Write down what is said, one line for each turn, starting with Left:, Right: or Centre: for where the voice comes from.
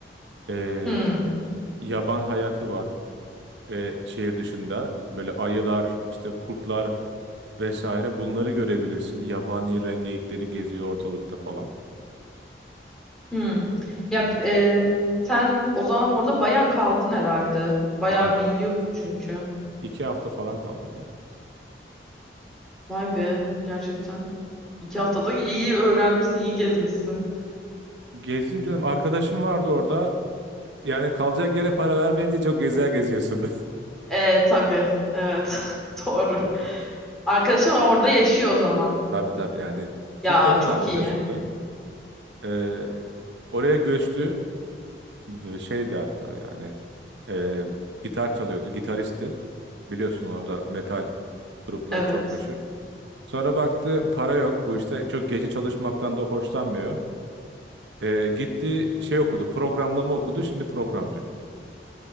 Right: Ee,
Centre: Hmm,
Right: yaban hayatı var ee, şehir dışında. Böyle ayılar, işte kurtlar vesaire bunları görebilirsin. Yabani rengeyikleri geziyor ortalıkta falan.
Centre: hmm. Ya
Right: Hı hı.
Centre: e, sen o zaman orada bayağı kaldın herhalde. Bayağı
Right: Kaldım.
Centre: biliyorsun çünkü.
Right: İki hafta falan kaldım ya.
Centre: Vay be gerçekten. İki haftada iyi öğrenmişsin, iyi gezmişsin.
Right: Gezdim canım. Arkadaşım vardı orada. Yani kalacak yere para vermeyince çok gezer geziyorsun.
Centre: E, tabii. Evet. <laughs> Doğru. Arkadaşın orada yaşıyor o zaman.
Right: <laughs> Tabii tabii yani
Centre: Ya
Right: Türkiye'den
Centre: çok
Right: arkadaşımdı.
Centre: iyi.
Right: Ee, oraya göçtü. Ve şeydi hatta yani e, gitar çalıyordu. Gitaristi. Biliyorsun orada metal grupları
Centre: Evet.
Right: çok meşhur. Sonra baktı para yok. Bu işte çok gece çalışmaktan da hoşlanmıyor. E, gitti şey okudu. Programlama okudu. Şimdi programcı.